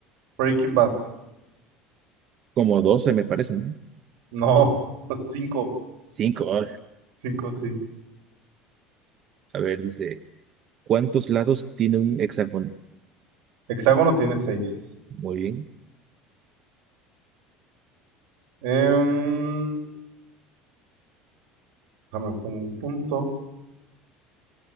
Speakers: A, on the right; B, on the right.
A: Breaking Bad?
B: Como 12 me parece, ¿no?
A: No, <laughs> cinco.
B: Cinco. ah,
A: Cinco, sí.
B: A ver, dice, ¿cuántos lados tiene un hexágono?
A: Hexágono tiene seis.
B: Muy bien.
A: Em, déjame pongo un punto.